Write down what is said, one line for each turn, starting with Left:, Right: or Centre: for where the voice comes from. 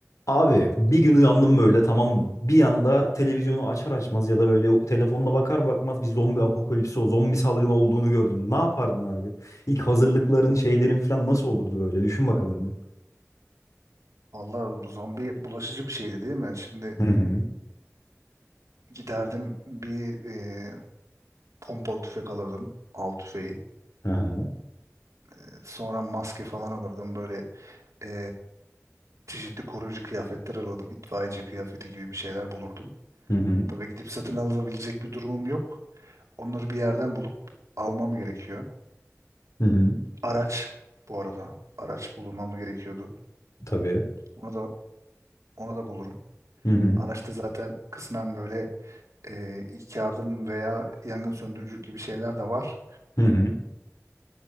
Left: Abi bir gün uyandım böyle tamam mı? Bir anda televizyonu açar açmaz ya da böyle o- telefonuna bakar bakmaz bir zombi apokalipsi o zombi salgını olduğunu gördüm. Ne yapardın abi? İlk hazırlıkların şeylerin falan nasıl olurdu böyle? Düşün bakalım bir.
Right: Vallahi bu zombi bulaşıcı bir şeydi değil mi? Şimdi
Left: Hı hı.
Right: giderdim bir e, pompalı tüfek alırdım. Av tüfeği.
Left: Aha.
Right: E, Sonra maske falan alırdım. Böyle e, çeşitli koruyucu kıyafetler alırdım. İtfaiyeci kıyafeti gibi bir şeyler bulurdum.
Left: Hı hı.
Right: Tabii gidip satın alabilecek bir durumum yok. Onları bir yerden bulup almam gerekiyor.
Left: Hı hı.
Right: Araç bu arada. Araç bulmam gerekiyordu.
Left: Tabii.
Right: Onu da onu da bulurum.
Left: Hı hı.
Right: Araçta zaten kısmen böyle e, ilk yardım veya yangın söndürücü gibi şeyler de var.
Left: Hı hı.